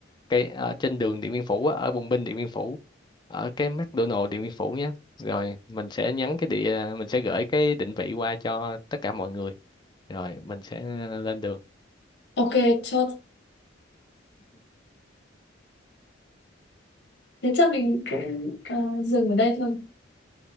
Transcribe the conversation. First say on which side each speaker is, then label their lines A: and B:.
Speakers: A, on the left; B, on the left.
A: cái ở trên đường Điện Biên Phủ á, ở Bùng Binh Điện Biên Phủ ở cái McDonald Điện Biên Phủ nhé rồi mình sẽ nhắn cái địa mình sẽ gửi cái định vị qua cho tất cả mọi người rồi mình sẽ lên đường
B: Ok, chốt. Thế chắc mình cũng ờ, dừng ở đây thôi.